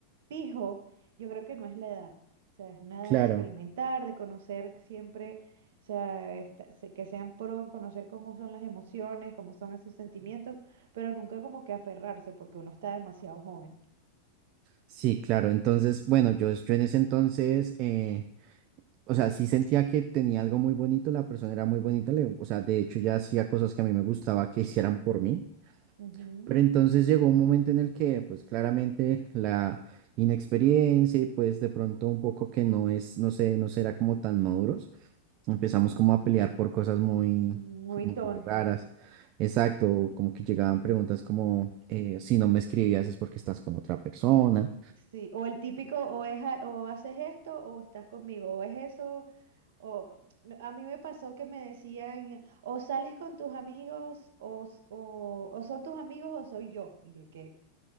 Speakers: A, on the right; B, on the right.
A: fijo, yo creo que no es la edad. O sea, es nada
B: Claro,
A: de experimentar, de conocer siempre, o sea, esta- se- que sean pro en conocer cómo son las emociones, cómo son esos sentimientos, pero nunca como que aferrarse porque uno está demasiado joven.
B: sí, claro. Entonces, bueno, yo, yo en ese entonces, eh, o sea, sí sentía que tenía algo muy bonito, la persona era muy bonita, le- o sea, de hecho ya hacía cosas que a mí me gustaba que hicieran por mí.
A: Ujú,
B: Pero entonces llegó un momento en el que, pues claramente la inexperiencia y pues de pronto un poco que no es, no sé, no será como tan maduros, empezamos
A: ujú.
B: como a pelear por cosas muy,
A: Muy
B: muy
A: tontas.
B: raras. Exacto, como que llegaban preguntas como, eh, si no me escribías es porque estás con otra persona.
A: Sí, o el típico, o, es, a- o haces esto o estás conmigo, o es eso O, no, a mí me pasó que me decían, o sales con tus amigos, o, s- o, o son tus amigos, o soy yo. Y yo, ¿qué?